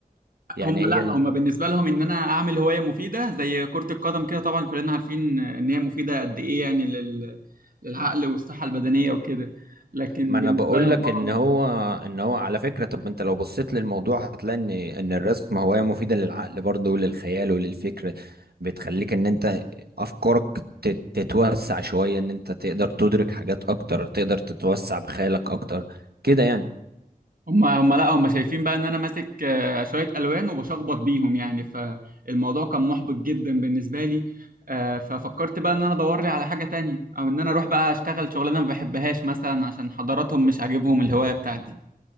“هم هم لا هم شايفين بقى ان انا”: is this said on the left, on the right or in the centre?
Right